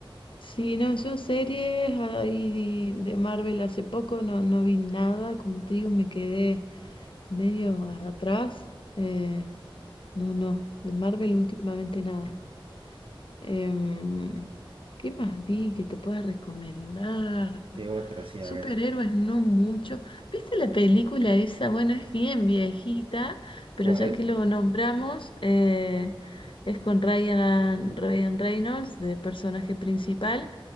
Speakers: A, on the left; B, on the right.
A: Sí, no, yo series ahí de Marvel hace poco no, no vi nada, como te digo, me quedé medio atrás. eh, no, no, de Marvel últimamente nada. Em, ¿qué más vi que te pueda recomendar?
B: ¿Qué otra? Sí,
A: Superhéroes
B: a ver.
A: no mucho. ¿Viste la película esa? Bueno, es bien viejita,
B: ¿Cuál?
A: pero ya que lo nombramos, eh, es con Ryan, Ryan Reynolds de personaje principal